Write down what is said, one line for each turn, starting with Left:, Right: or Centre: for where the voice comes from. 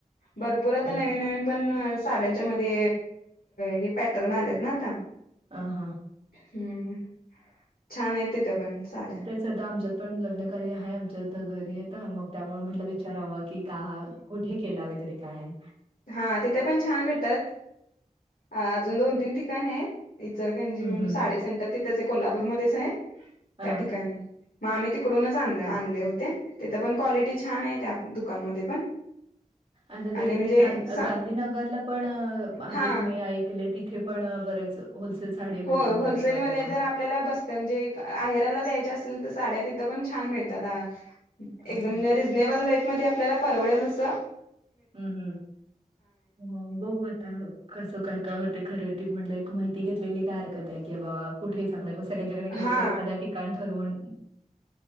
Left: भरपूर आता
Right: हम्म
Left: नवीन-नवीन पण साड्यांच्या मध्ये हे अ पॅटर्न आलेत ना आता.
Right: आ हा
Left: हम्म छान आहेत तिथे पण साड्या.
Right: सध्या आमच्यात पण लग्नकार्य आहे आमच्यात घरी आ ता मग त्यामुळे म्हटलं विचारावं की का हा कुठे केला वगैरे काय?
Left: हा तिथे पण छान भेटत्यात, अजून दोन-तीन ठिकाणं आहे. इचरकरंजी
Right: हम्म
Left: म्हणून
Right: हम्म
Left: साडी सेंटर तिथंच आहे कोल्हापूरमध्येच आहे त्या
Right: हा
Left: ठिकाणी मग आम्ही तिकडूनच आणले आणले होते तिथं पण क्वालिटी छान आहे त्या दुकानमध्ये पण. <inaudible>
Right: आता
Left: आणि
Right: ते
Left: म्हणजे
Right: ते गांध
Left: सम
Right: गांधीनगरला पण आहेत
Left: हा
Right: मी ऐक कले तिथे पण बरेच होलसेल साडी
Left: होय
Right: भेटून
Left: होलसेलमध्ये
Right: जातात आपल्याला.
Left: जर आपल्याला बस्ता म्हणजे आहेराला द्यायच्या असेल तर साड्या तिथं पण छान मिळतात हा. एकदम
Right: हा हा.
Left: रिझनेबल रेटमध्ये आपल्याला परवडेल अस
Right: हम्म हम्म मग बघू आता कसं काय काय होतंय खरेदी म्हटलं एक माहिती घेतलेली काय हरकत आहे की बाबा कुठे चांगल आहे मग सगळ्यांच्याकडनं घ्यायचं
Left: हा
Right: एखाद्या ठिकाण ठरवून